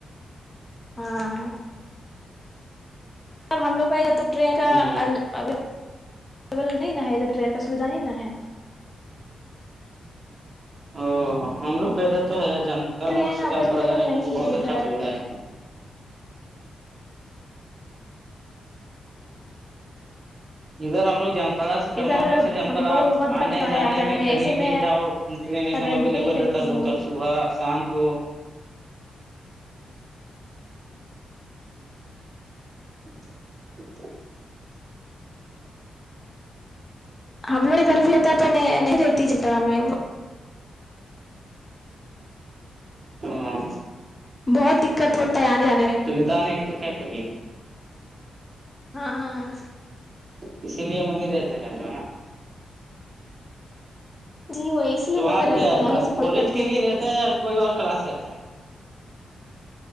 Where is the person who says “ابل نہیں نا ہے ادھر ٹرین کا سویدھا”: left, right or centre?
Left